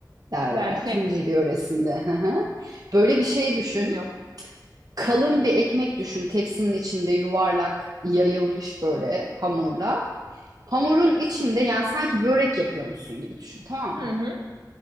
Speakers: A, on the right; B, on the right.
A: derler
B: Zerfet.
A: Tunceli yöresinde. Hı hı. Böyle bir şey
B: Hiçbir
A: düşün.
B: fikrim yok.
A: Kalın bir ekmek düşün tepsinin içinde yuvarlak yayılmış böyle hamurla. Hamurun içinde yani sanki börek yapıyormuşsun gibi düşün tamam
B: Hı
A: mı?
B: hı.